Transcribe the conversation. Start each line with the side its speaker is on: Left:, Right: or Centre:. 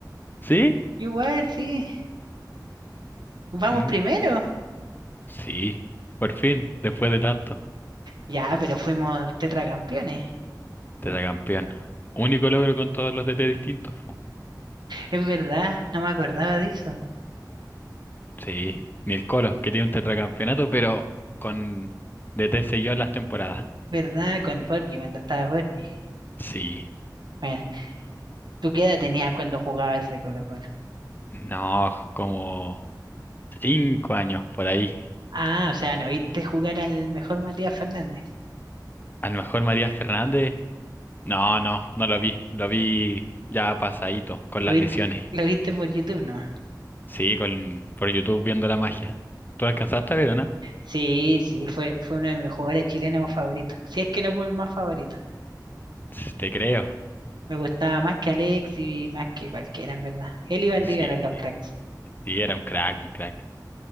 Left: ¿Sí?
Right: yo igual, sí. Vamos
Left: Mm,
Right: primero.
Left: sí, por fin, después de tanto.
Right: Ya, pero fuimos tetracampeones.
Left: Tetracampeón. Único logro con todos los DT distintos. po.
Right: Es verdad, no me acordaba de eso.
Left: Sí, ni el Colo, que tiene un tetracampeonato, pero con DT seguido en las temporadas.
Right: ¿Verdad? Con Borgi, cuando estaba Borgi.
Left: Sí,
Right: Bueno, ¿tú qué edad tenías cuando jugabas ese Colo-Colo?
Left: no, como cinco años por ahí.
Right: Ah, o sea, no viste jugar al mejor Matías Fernández.
Left: A lo mejor María Fernández No, no, no lo vi. Lo vi ya pasadito, con
Right: Lo
Left: las
Right: viste,
Left: lesiones.
Right: lo viste por YouTube nomás.
Left: Sí, con, por YouTube viendo la magia. ¿Tú la alcanzaste a ver o no?
Right: Sí, sí, fue, fue uno de mis jugadores chilenos favoritos. Si es que no fue el más favorito.
Left: Sí, Te creo.
Right: Me gustaba más que Alex y más que cualquiera, en verdad. Él y Valdivia
Left: Sí,
Right: eran los cracks.
Left: sí, era un crack, un crack.